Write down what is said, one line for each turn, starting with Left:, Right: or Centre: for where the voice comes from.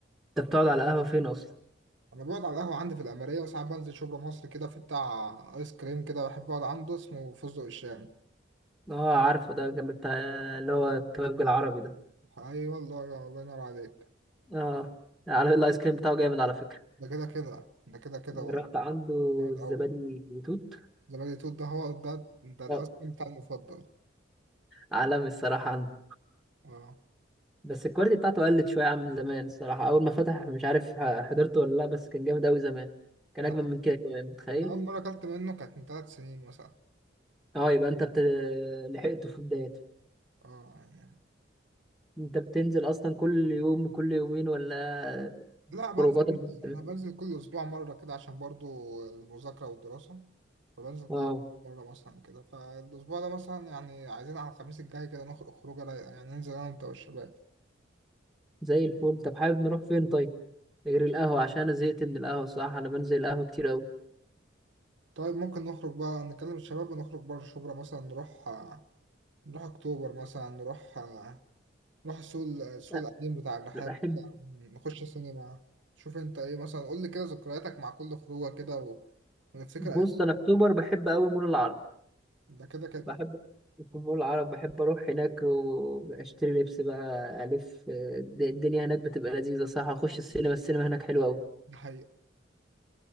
Centre: انت بتقعد على قهوه فين اصلا
Right: انا بقعد على القهوة عندي في العمارية وساعات بنزل شبرا مصر كده في بتاع ايس كريم كده بحب اقعد عنده اسمه فستق الشام
Centre: اه عارفه ده جنب بتاع اللي هو الكبابجي العربي ده
Right: اي والله يا الله ينور عليك
Centre: اه على الايس كريم بتاعه جامد على فكره
Right: ده كده كده ده كده كده
Centre: جربت
Right: والله
Centre: عنده
Right: جامد قوي
Centre: الزبادي وتوت
Right: زبادي توت ده هو ده ده الايس
Centre: اه
Right: كريم بتاعي المفضل
Centre: عالمي الصراحه عنده
Right: اه
Centre: بس الكواليتي بتاعته قلت شويه عن زمان الصراحه اول ما فتح مش عارف حضرته ولا لا بس كان جامد قوي زمان كان
Right: انا
Centre: اجمل من كده كمان متخيل
Right: انا اول مرة اكلت منه كانت من ثلاث سنين مثلا
Centre: اه يبقى انت بت... لحقته في بدايته
Right: اه يعني
Centre: انت بتنزل اصلا كل يوم كل يومين ولا
Right: لا بنزل
Centre: خروجاتك بتبقى-
Right: انا بنزل كل اسبوع مره كده عشان برضو المذاكره والدراسه فبنزل كل
Centre: اه
Right: مره مثلا كده فالاسبوع ده مثلا يعني عايزين على الخميس الجاي كده نخرج خروجه رايقه يعني ننزل انا وانت والشباب
Centre: زي الفل طب حابب نروح فين طيب غير القهوة عشان انا زهقت من القهوة الصراحة انا بنزل القهوة كتير قوي
Right: طيب ممكن نخرج بقى نكلم الشباب ونخرج بره شبرا مثلا نروح آه، نروح اكتوبر مثلا نروح آه، نروح السوق ال- السوق
Centre: لا
Right: القديم بتاع الرحاب
Centre: أنا بحب
Right: بتاع- نخش السينما شوف انت ايه مثلا قول لي كده ذكرياتك مع كل خروجه كده و- ونفتكر
Centre: بص
Right: ايام
Centre: انا اكتوبر بحب قوي مول العرب
Right: ده كده كده
Centre: بحب في مول العرب بحب اروح هناك واشتري لبس بقى الف الد- الدنيا هناك بتبقى لذيذة صح اخش السينما السينما هناك حلوة قوي
Right: ده حقيقة